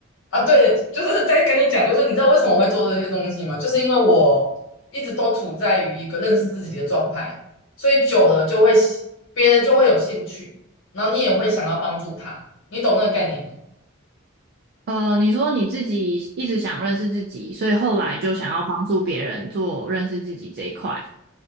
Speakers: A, on the left; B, on the right.
A: 啊，对，就是在跟你讲，就是你知道为什么我会做这些东西吗？就是因为我一直都处在于一个认识自己的状态，所以久了就会喜别人就会有兴趣，然后你也会想要帮助他，你懂那个概念吗？
B: 呃，你说你自己一直想认识自己，所以后来就想要帮助别人做认识自己这一块。